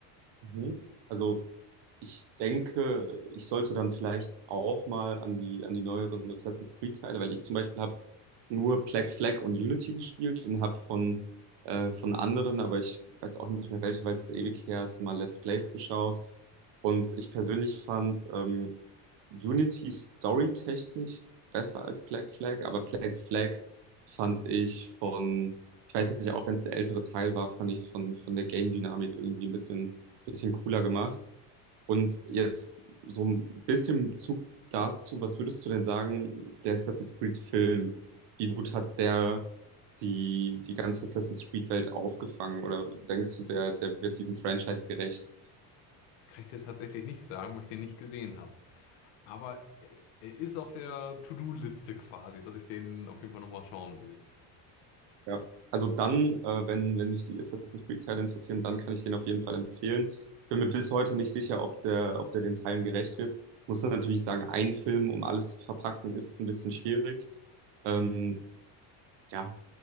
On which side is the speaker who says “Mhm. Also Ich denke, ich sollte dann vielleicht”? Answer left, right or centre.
Right